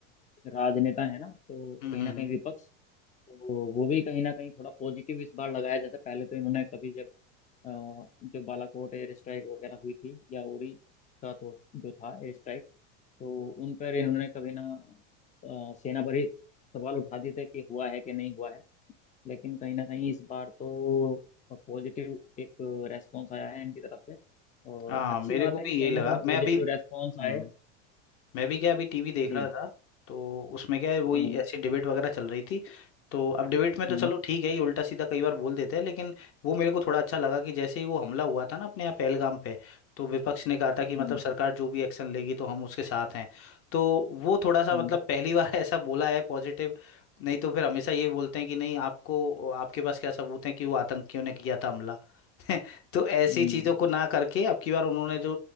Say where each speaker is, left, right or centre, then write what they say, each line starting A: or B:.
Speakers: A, on the left (about 20°); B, on the left (about 40°).
A: राजनेता है ना तो
B: हम्म
A: कहीं
B: हम्म
A: ना कहीं
B: हम्म।
A: विपक्ष तो वो भी कहीं ना कहीं थोड़ा पॉजिटिव इस बार लगाया जैसे पहले तो इन्होंने कभी जब अ, जो बालाकोट एयर स्ट्राइक वगैरह हुई थी या उरी का तो जो था एयर स्ट्राइक तो उन पर इन्होंने कभी ना अ, सेना पर ही सवाल उठा दिए थे कि हुआ है कि नहीं हुआ है लेकिन कहीं ना कहीं इस बार तो पॉजिटिव एक रेस्पॉन्स आया है इनकी तरफ से और
B: हाँ
A: अच्छी
B: मेरे
A: बात
B: को भी
A: है कि कहीं
B: यही लगा
A: ना कहीं पॉजिटिव
B: मैं अभी
A: रेस्पॉन्स
B: हम्म
A: आए
B: मैं भी क्या अभी टीवी देख
A: जी
B: रहा था तो उसमें क्या है वही
A: हम्म
B: ऐसी डिबेट वगैरह चल रही थी तो अब डिबेट में तो
A: हम्म
B: चलो ठीक है ये उल्टा सीधा कई बार बोल देते हैं लेकिन वो मेरे को थोड़ा अच्छा लगा कि जैसे ही वो हमला हुआ था ना अपने यहाँ पहलगाम पे तो विपक्ष ने कहा था कि मतलब
A: हम्म
B: सरकार जो भी एक्शन लेगी तो हम उसके साथ हैं तो वो थोड़ा सा
A: हम्म
B: मतलब पहली बार <laughs> ऐसा बोला है पॉजिटिव नहीं तो फिर हमेशा ये बोलते हैं कि नहीं आपको आपके पास क्या सबूत है कि वो आतंकियों ने किया था हमला <laughs> तो ऐसी
A: हम्म
B: चीज़ों को ना करके अब की बार उन्होंने जो